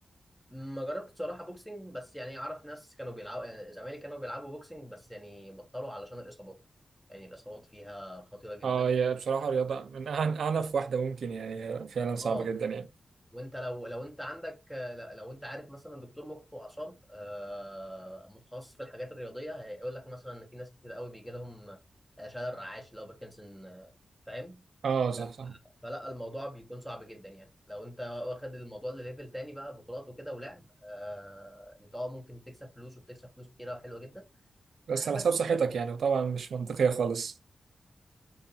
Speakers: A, in the centre; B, on the right (about 80°).
A: ما جربتش صراحه بوكسنج بس يعني اعرف ناس كانوا بيلعبوا يعني زمايلي كانوا بيلعبوا بوكسنج بس يعني بطلوا علشان الاصابات يعني الاصابات فيها خطيره جدا
B: اه هي بصراحة رياضة من أعن- أعنف واحدة ممكن يعني هي فعلا صعبة
A: اه
B: جدا يعني
A: وانت لو لو انت عندك لو انت عارف مثلا دكتور مخ واعصاب آه، متخصص في الحاجات الرياضيه هيقول لك مثلا ان في ناس كتير قوي بيجي لهم آه، شلل رعاش اللي هو باركنسون آه، فاهم
B: اه صح
A: ف-
B: صح
A: فلا الموضوع بيكون صعب جدا يعني لو انت واخد الموضوع لليفل تاني بقى بطولات وكده ولعب آه، انت اه ممكن تكسب فلوس وبتكسب فلوس كتيره وحلوه جدا
B: بس
A: آه،
B: على
A: بس
B: حسب صحتك يعني وطبعا مش منطقية خالص